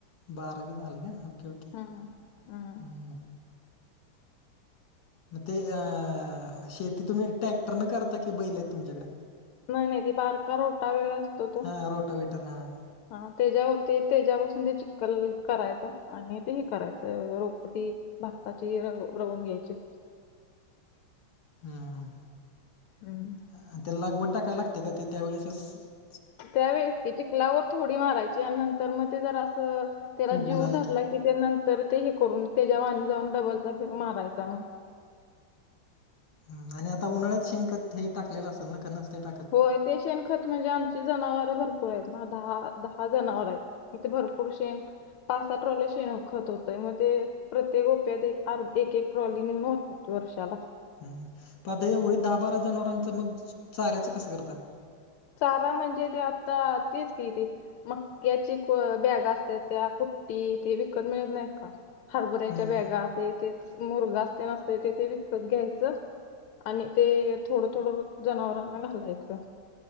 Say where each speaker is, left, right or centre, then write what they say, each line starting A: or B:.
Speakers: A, on the left; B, on the left.
A: बारावी झालंय काय हा ओके ओके
B: हम्म हम्म
A: हम मग ते अ शेती तुम्ही ट्रॅक्टर न करता की बैल आहेत तुमच्याकड
B: नाही नाही ती बारका रोटा वेळ असतो तो
A: हां रोटावेटर हां
B: हा तेजा होते तेच्यापासून ते चिक्कल करायचं आणि ते हे करायचं रोपटी भाताची र रवून घ्यायचीत
A: हम्म
B: हम्म
A: आणि त्याला लागवट टाकाय लागते का ते त्यावेेळेसच
B: त्यावेळसकी चिकलावर थोडी मारायची आणि नंतर मग ते जरा असं त्याला
A: उगून
B: जीव
A: आलं
B: धरला की त्या नंतर ते हे करून त्याच्या वर आणि जाऊन डबलदा फेर मारायचा मग
A: ह आणि आता उन्हाळ्यात शेणखत हे टाकलेलं असल ना का नसतय टाकत
B: होय ते शेण खत म्हणजे आमची जनावर भरपूर आहेत ना दहा दहा जनावर आहेत. मग ते भरपूर शेन पाच सात ट्रॉल्या शेण खत होतय मग ते प्रत्येक रोप्यात एक आर एक एक ट्रॉली नेऊन वताय अ वर्षला
A: हम् पणआता या होळीत दहा बारा जनावरांचं मग चाऱ्यायचं कसं करताय.
B: चारा म्हणजे ते आता तेच की ते मक्याची बॅग असत त्या कुट्टी ते विकत मिळत नाहीत का हरभऱ्याच्या
A: हं,
B: बॅग ते मुरगा असते नसते ते ते विकत घ्यायचं. आणि ते थोडं थोडं जनावरांना घालायचं.